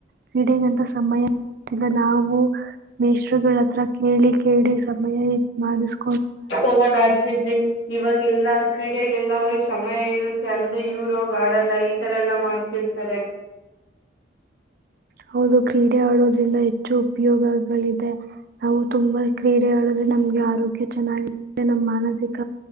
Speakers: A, on the right (about 55°); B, on the left (about 75°).
A: ಕ್ರೀಡೆಗಂತ ಸಮಯಿಲ್ಲ <unintelligible> ನಾವು ಮೇಷರುಗಳತ್ರ ಕೇಳಿ ಕೇಳಿ ಸಮಯ ಮಾಡಸ್
B: <unintelligible> ಇವಾಗ ಎಲ್ಲಾ ಕ್ರೀಡೆಗೆಲ್ಲ ಅವ್ರಿಗೆ ಸಮಯ ಇರುತ್ತೆ ಅಂದ್ರೆ ಇವರೋಗ ಆಡಲ್ಲ ಈ ತರ ಎಲ್ಲ ಮಾಡ್ತಿರ್ತಾರೆ
A: ಹೌದು ಕ್ರೀಡೆ ಆಡೋದ್ರಿಂದ ಹೆಚ್ಚು ಉಪಯೋಗಗಳಿದೆ ನಾವು ತುಂಬಾ ಕ್ರೀಡೆ ಆಡಿದ್ರೆ ನಮ್ಗೆ ಆರೋಗ್ಯ ಚೆನ್ನಾಗಿ ನಮ್ ಮಾನಸಿಕ